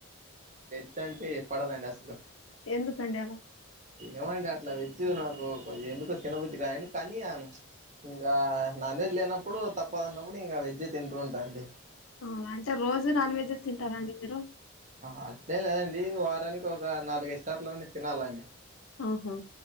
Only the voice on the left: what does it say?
ఎందుకండి అలా
అవునా అంటే రోజు నాన్ వెజ్ తింటారండి మీరు
ఆహా